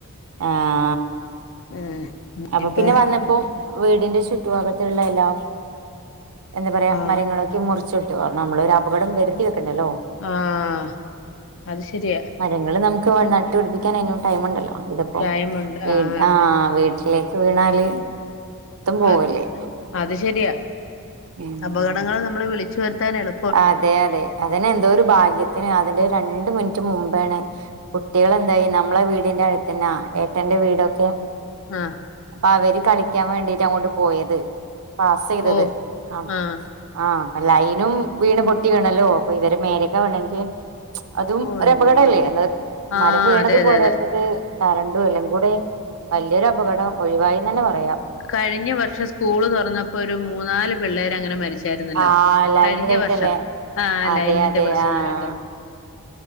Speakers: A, on the right; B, on the left.
A: ആഹ്
B: ഉം
A: അപ്പൊ
B: ഇനിപ്പ
A: പിന്നെ വന്നപ്പോ വീടിന്റെ ചുറ്റു ഭാഗത്തുള്ള എല്ലാം എന്താ പറയാ
B: ആ
A: മരങ്ങളൊക്കെ മുറിച്ചിട്ടു കാരണം നമ്മള് ഒരു അപകടം വരുത്തി വെക്കേണ്ടല്ലോ
B: ആഹ് അത് ശരിയാ
A: മരങ്ങള് നമുക്ക് നട്ടുപടിപ്പിക്കാൻ ഇനിയും ടൈമുണ്ടല്ലോ ഇതിപ്പം
B: ടൈമുണ്ട്
A: വീ ആ
B: അതെ
A: വീ <unintelligible> വീണാല് പോവല്ലേ
B: അ അത് ശരിയാ
A: ഉം
B: അപകടങ്ങള് നമ്മള് വിളിച്ചു വരുത്താൻ എള
A: അതെ അതെ അതിനെ എന്തോ ഒരു ഭാഗ്യത്തിന് അതിന്റെ രണ്ട് മിനിറ്റ് മുമ്പാണ് കുട്ടികളെന്തായി നമ്മളെ വീടിന്റെ അടുത്തന്നാ ഏട്ടന്റെ വീടൊക്കെ
B: ആഹ്
A: അപ്പൊ അവര് കളിക്കാൻ വേണ്ടിട്ട് അങ്ങോട്ട് പോയത് പാസ് ചെയ്തത്
B: ഓ
A: അപ്പൊ
B: ആ
A: ആഹ് ലൈനും വീണ് പൊട്ടി വീണല്ലോ അപ്പൊ ഇവരെ മേലേക്ക് വീണെങ്കി അതും
B: ഓ
A: ഒരപകടല്ലേ
B: എന്റെ പൊന്നെ
A: എന്ന
B: ആ
A: മരം വീണത്
B: അതെ അതെ
A: പോരാത്തത്
B: അതെ
A: കരണ്ടും എല്ലാം കൂടെ വലിയൊരു അപകടം ഒഴിവായീന്നു തന്നെ പറയാം
B: കഴിഞ്ഞ വർഷം സ്കൂള് തുറന്നപ്പോ ഒരു മൂന്നാല് പിള്ളേരങ്ങനെ മരിച്ച ച്ചാരുന്നല്ലോ
A: ആഹ് ലൈന്
B: കഴിഞ്ഞ
A: ഇതായിട്ടല്ലേ
B: വർഷം ആ
A: അതെ
B: ലൈനിന്റെ
A: അതെ
B: പ്രശ്നായിട്ട്
A: ആഹ്